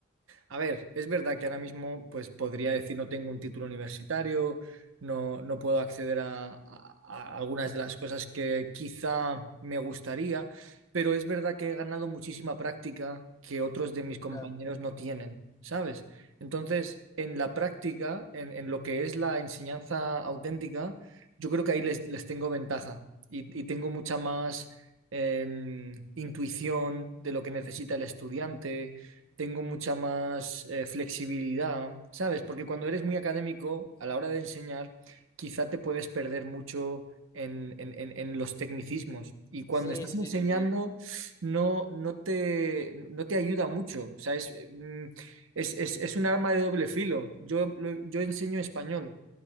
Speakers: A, on the right (about 70°); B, on the left (about 15°).
A: a ver, es verdad que ahora mismo pues podría decir no tengo un título universitario, no, no puedo acceder a, a- a algunas de las cosas que quizá me gustaría, pero es verdad que he ganado muchísima práctica que otros de mis compañeros
B: Claro.
A: no tienen, ¿sabes? Entonces, en la práctica, en, en lo que es la enseñanza auténtica, yo creo que ahí les, les tengo ventaja y, y tengo mucha más em, intuición de lo que necesita el estudiante tengo mucha más eh, flexibilidad, ¿sabes? Porque cuando eres muy académico, a la hora de enseñar, quizá te puedes perder mucho en, en- en- en los tecnicismos. Y cuando
B: Sí,
A: estás
B: sí, sí,
A: enseñando,
B: sí, sí.
A: no, no te, no te ayuda mucho. O sea, es, mm, es, es- es un arma de doble filo. Yo, lo- yo enseño español.